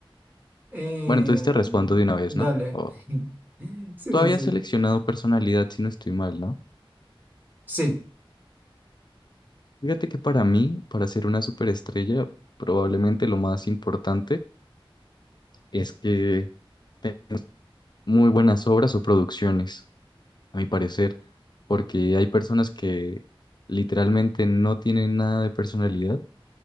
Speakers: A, on the right; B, on the left.
A: eh,
B: Bueno, entonces te respondo de una vez,
A: dale.
B: ¿no? O-
A: <laughs> Sí,
B: tú
A: sí,
B: habías
A: sí.
B: seleccionado personalidad, si no estoy mal, ¿no?
A: Sí,
B: Fíjate que para mí, para ser una superestrella, probablemente lo más importante es que tenga muy buenas obras o producciones, a mi parecer, porque hay personas que literalmente no tienen nada de personalidad,